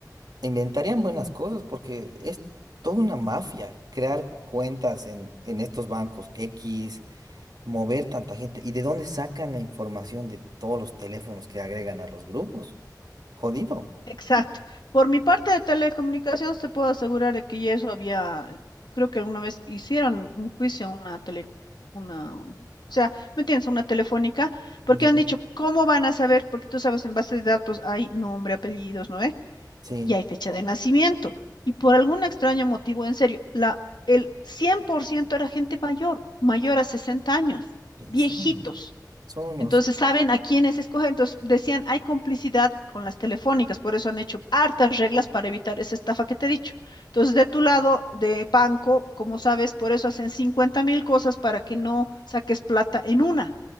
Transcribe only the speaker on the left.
Exacto. Por mi parte de telecomunicaciones, te puedo asegurar de que ya eso había, creo que alguna vez hicieron un juicio a una tele, una, o sea, ¿me entiendes? Una telefónica, porque
han dicho, ¿cómo van a saber? Porque tú sabes, en base de datos hay nombre, apellidos, ¿no ve?
Y hay fecha de nacimiento. Y por algún extraño motivo, en serio, la, el 100% era gente mayor, mayor a 60 años,
viejitos.
Entonces saben a quiénes escoger. Entonces decían, hay complicidad con las telefónicas, por eso han hecho hartas reglas para evitar esa estafa que te he dicho. Entonces, de tu lado de banco, como sabes, por eso hacen 50 mil cosas para que no saques plata en una.